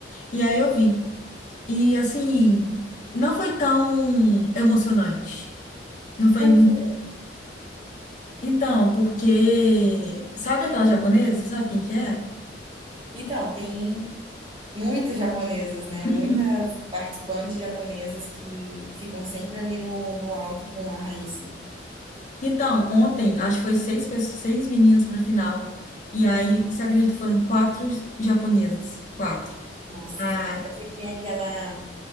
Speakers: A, on the left; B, on the right.
A: e aí eu vi. E assim, não foi tão emocionante. Não foi.
B: Por quê?
A: Então, porque sabe aquela japonesa? Você Sabe quem que é?
B: Então, tem. Muitas japonesas, né?
A: Uhum.
B: Muitas participantes japonesas que ficam sempre ali no, no alto com a Raíssa.
A: Então, ontem, acho que foi seis, pessoas, seis meninas para final. E aí, você acredita, foram quatro japonesas. Quatro.
B: Nossa,
A: A
B: eu sei que tem aquela,